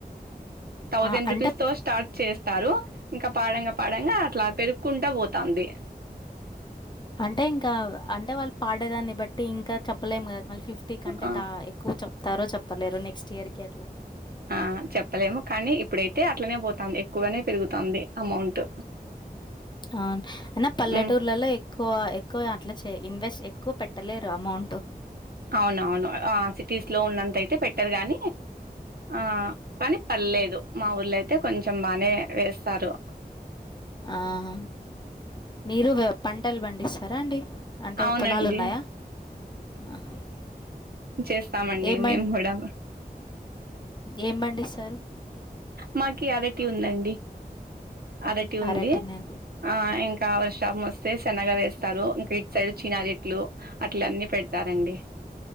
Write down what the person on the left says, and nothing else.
ఆ, అంటే
అంటే ఇంకా వ్ అంటే వాళ్ళు పాడేదాన్ని బట్టి ఇంకా చెప్పలేము గద మళ్ళీ ఫిఫ్టీ కంటే
దా ఎక్కువ చెప్తారో చెప్ త్తలేరు నెక్స్ట్ ఇయర్ కి ఎట్లా
అవున్ అయినా పల్లెటూర్లల్లో
ఎక్కువ ఎక్కువ అట్లా చే ఇన్వెస్ట్ ఎక్కువ పెట్టలేరు అమౌంట్
ఆహ మీరు వ్య పంటలు పండిస్తారా అండి అంటే
పొలాలున్నయా ఆ
ఏం పం
ఏం పండిస్తరు
అరటినే